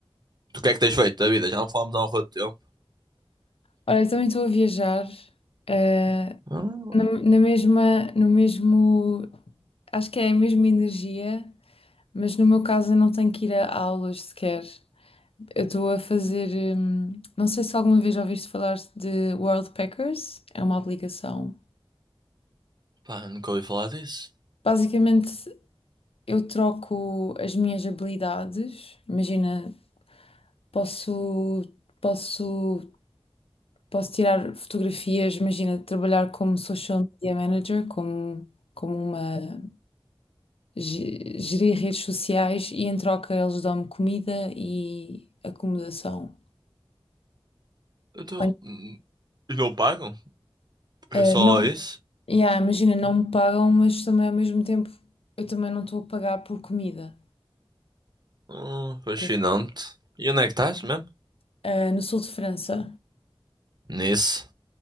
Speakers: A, on the right; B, on the left.
A: tu o que é que tens feito da vida? Já não falamos há um rato de tempo.
B: Olha, eu também estou a viajar. eh,
A: Ah,
B: na, na mesma, no mesmo, acho que é a mesma energia, mas no meu caso eu não tenho que ir a aulas sequer. Eu estou a fazer, hum, não sei se alguma vez já ouviste falar de World Packers, é uma aplicação.
A: pá, nunca ouvi falar disso.
B: Basicamente, eu troco as minhas habilidades. Imagina, posso, posso, posso tirar fotografias, imagina, trabalhar como social media manager, como, como uma ge- gerir redes sociais e em troca eles dão-me comida e acomodação.
A: Então,
B: Olha,
A: hum, não pagam? É
B: eh,
A: só
B: não,
A: isso?
B: yeah, imagina, não me pagam, mas também ao mesmo tempo eu também não estou a pagar por comida.
A: Hum, fascinante.
B: Ok.
A: E onde é que estás mesmo?
B: Eh, no sul de França.
A: Nisso.